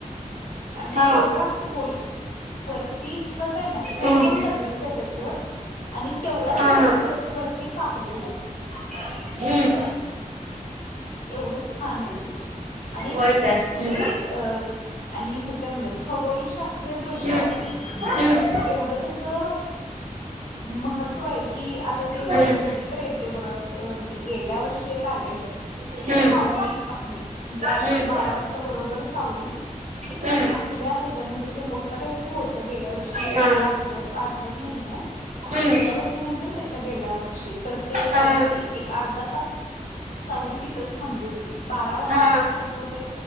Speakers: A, on the left; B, on the right.
A: आणि
B: हा
A: तेवढाच गोल वरती छत आहे ना छत
B: हम्म
A: पण दगडीच आहे त्याच आणि तेवढाच
B: हा
A: वर्तुळ
B: हा
A: वरती कापलेल आहे.
B: हम्
A: एवढच छान आहे ते आणि
B: होय
A: म्हणजे
B: काय हम्म
A: अ आणि त्याच्याबद्दल खगोलशास्त्रीय दृष्ट्या
B: हम्म हम्म
A: एवढ त्या च महत्व आहे की, आता ते
B: हम्म
A: वर कधीत येते बघा. अ म्हणजे गेल्या वर्षी एक आलेल.
B: हम्म
A: कि सावली आपली म्हणजे
B: हम्म
A: बारा वाजता बरोबर सावली.
B: हम्म
A: आपल्या ह्याच्या म्हणजे ते मोठ काहीतरी होत गेल्या वर्षी
B: हा
A: मला आठव आठवत नाहीये.
B: हम्म
A: गेल्या वर्षी नाहीतर त्याच्या गेल्या वर्षी तर ते
B: हा
A: काहीतरी एक अर्धा तास. सावली तिथच थांबली होती. बारा वाजता
B: हा
A: कस होते.